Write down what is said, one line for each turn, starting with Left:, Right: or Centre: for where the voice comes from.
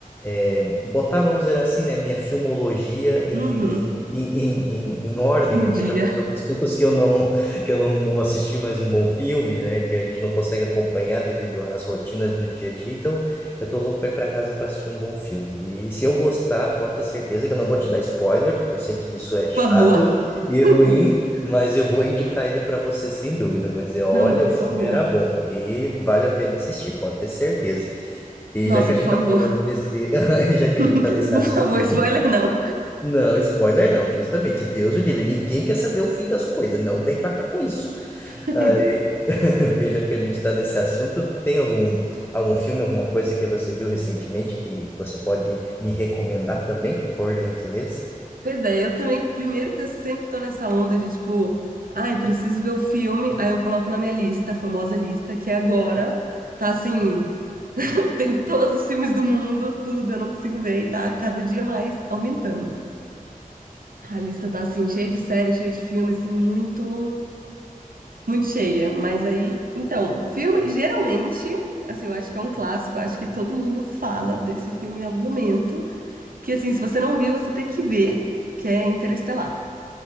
Left: é, botar, vamos dizer assim, né, minha filmologia em,
Right: Uhum.
Left: em, em, em, em ordem,
Right: Um
Left: porque
Right: dia.
Left: já faz alguns tempos que eu não que eu não, não assisti mais um bom filme, né, que a gente não consegue acompanhar devido às rotinas do dia a dia. Então, eu tô louco para ir para casa para assistir um bom filme. E se eu gostar, pode ter certeza que eu não vou te dar spoiler, porque eu sei que isso é chato
Right: Por favor? <laughs>
Left: e ruim, mas eu vou indicar ele para você sem dúvida. Eu vou dizer, olha,
Right: Não, por
Left: o filme
Right: favor.
Left: era bom e vale a pena assistir, pode ter certeza. E
Right: Nossa,
Left: já que a gente
Right: por favor.
Left: tá falando desse, <laughs> já que a gente
Right: <laughs>
Left: tá nesse
Right: Por
Left: assunto
Right: favor,
Left: de,
Right: spoiler não.
Left: não, spoiler não, justamente, Deus o livre, ninguém quer saber o fim das coisas, não vem pra cá com isso.
Right: <laughs>
Left: Aí, <laughs> e já que a gente tá nesse assunto, tem algum algum filme, alguma coisa que você viu recentemente que você pode me recomendar também, por gentileza?
Right: Pois é, eu também, primeiro que eu sempre tô nessa onda de tipo, ai, preciso ver o filme, aí eu coloco na minha lista, a famosa lista, que é agora tá assim, <laughs> tem todos os filmes do mundo, tudo, eu não consigo ver e tá cada dia mais aumentando. A lista tá assim, cheia de séries, cheia de filme, assim, muito Muito cheia, mas aí, então, filme, geralmente, assim, eu acho que é um clássico, eu acho que todo mundo fala desse filme em algum momento, que assim, se você não viu, você tem que ver, que é Interestelar.